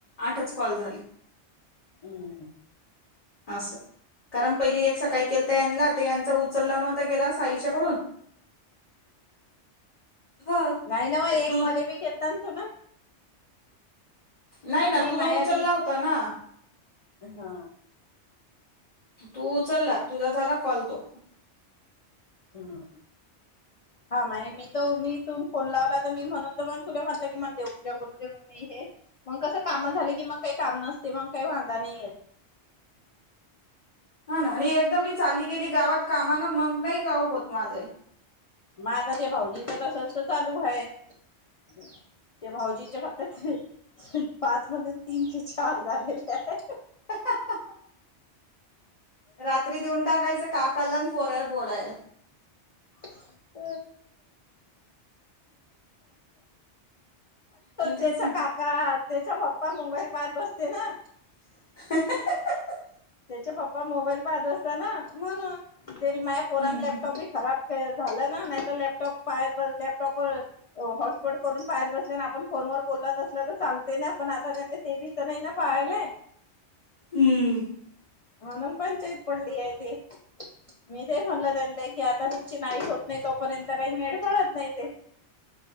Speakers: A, on the left; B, on the left.
A: आठच कॉल झाले.
B: <inaudible>
A: अससं. कारण पहिली एक सकाळी केलता यांनला तर यांचा उचलला नव्हता गेला साईच्याकडून हा
B: नाही ना व
A: तर
B: एक
A: दु
B: मले बी खेलता ना तू नं
A: नाही ना तुनं
B: माया
A: उचलला
B: बी
A: होता ना.
B: हा.
A: तू उचलला, तुझा झाला कॉल तो.
B: ह्म हा माय मी तू मी इ तून फोन लावला. मी म्हणतो की तुले म्हटलं की मला देवपूजा करू दे, मं हे मग कसं कामं झाले की मग काही काम नसत. तेव्हा काय वांदा नाही येत.
A: <unintelligible> हा ना आणि एकदम चाली गेली गावात कामान मग नाही का ओ होत. माझं
B: मग आता भाऊजींच तसचं चालू आहे. ते भाऊजींचे फक्त ती पाच मधून तीन ते चार झाले काय
A: <inaudible> रात्री देऊन टाकायचं काकाला आणि पोराला बोलायला
B: <inaudible> <inaudible>
A: हं, तेच
B: त्याच्या
A: ना.
B: पप्पा मोबाईल पाहत बसते ना
A: <inaudible>
B: त्याचे पप्पा मोबाईल पाहत असताना म्हणून ते माझ्या पोरन
A: हम्म.
B: लॅपटॉप बी खराब ते झाल ना नाहीतर लॅपटॉप बाहेर लपटॉपवर हॉटस्पॉट करून पाहत बसत ना आपन फो फोनवर बोलत बसलं तर चालतंय ना पण आता त्यांनी ते बी तर नाही ना पाहिले.
A: हम्म
B: म्हणून पंचायत पडली आहे ते, मी तेच म्हणलं त्यांनला की आता आता तुमची नाईट होत नाही तोपर्यंत काय मेड पडत नाही ते